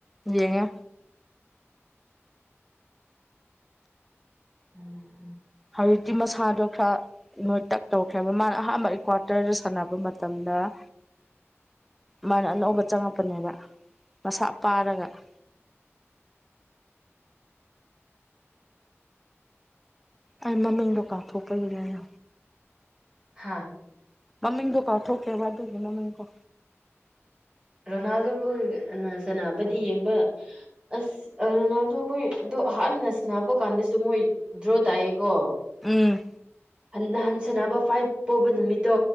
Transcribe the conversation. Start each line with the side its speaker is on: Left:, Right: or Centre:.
Centre: ꯌꯦꯡꯉꯦ
Right: ꯎꯝ
Centre: ꯍꯧꯖꯤꯛꯇꯤ ꯃꯁꯥꯗꯣ ꯈꯔ ꯅꯣꯏ ꯇꯛ ꯇꯧꯈ꯭ꯔꯦꯕ ꯃꯥꯅ ꯑꯍꯥꯟꯕ ꯑꯦꯀ꯭ꯋꯥꯇꯔꯗ ꯁꯥꯟꯅꯕ ꯃꯇꯝꯗ ꯍ ꯃꯥꯅ ꯑꯅꯧꯕ ꯆꯪꯉꯛꯄꯅꯦꯕ ꯃꯁꯥ ꯄꯥꯔꯒ <unintelligible> ꯑꯩ ꯃꯃꯤꯡꯗꯣ ꯀꯥꯎꯊꯣꯛꯄꯒꯤꯅꯦ
Right: ꯍꯥꯥ
Centre: ꯃꯃꯤꯡꯗ ꯀꯥ ꯊ ꯊꯣꯛꯣꯛꯀꯦ ꯋꯥꯗꯒꯦ ꯃꯃꯤꯡ ꯀ
Right: ꯔꯣꯅꯥꯜꯗꯣ ꯑꯩꯈꯣꯏ ꯁꯅꯥꯅꯕꯗꯤ ꯌꯦꯡꯕ ꯑꯁ ꯔꯣꯅꯥꯜꯗꯣ ꯑꯩꯈꯣꯏ ꯍꯥꯟꯅ ꯁꯟꯅꯕ ꯀꯥꯟꯗꯁꯨ ꯃꯣꯏ ꯗ꯭ꯔꯣ ꯇꯥꯏꯑꯦꯀꯣ
Centre: ꯍ
Right: ꯅꯍꯟ ꯁꯅꯕ ꯐꯥꯏꯚ ꯄꯣꯕ ꯅꯨꯃꯤꯠꯇꯣ